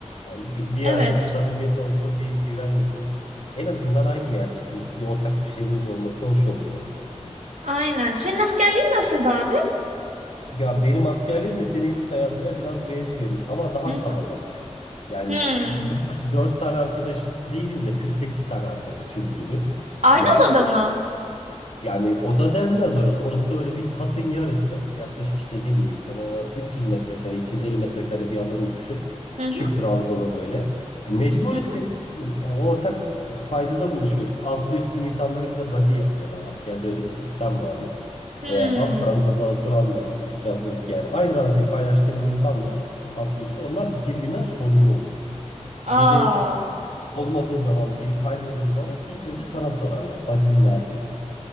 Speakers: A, on the left; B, on the right.
A: yani bi- bir yerde
B: Evet.
A: bir samimiyet olsun, bir güven olsun. En azından aynı yerdesiniz. Bir ortak bir şeyiniz olması hoş olurdu.
B: Aynen. Senin askerliğin nasıldı abi?
A: Ya benim askerliğim de senin yurt hayatına biraz benziyor ama daha
B: Hı hı.
A: kalabalık. Yani
B: Hmm.
A: bu sefer 4 tane arkadaş değiliz de 48 tane arkadaşız gibi
B: Aynı
A: düşün.
B: odada mı?
A: Yani oda denmez orası. Orası öyle bir katın yarısı. Yaklaşık işte ne bileyim sana 300 metrekare, 250 metrekare bir alanı düşün.
B: Hı hı.
A: Çift ranzalı böyle. E, mecburisin.
B: Hı hı.
A: Yani ortak paydada buluşuyorsun. Altlı üstlü insanları bir de body yapıyorlar. Askerde öyle bir sistem vardır.
B: Hmm.
A: E, alt ranzada oturanla işte üst ranzadaki yani aynı ranzayı paylaştığın insanla altlı üstü onlar birbirinden sorumlu olur.
B: Aa.
A: Biri olmadığı zaman, biri kaybolduğu zaman ilk önce sana sorarlar. Body'in nerede diye.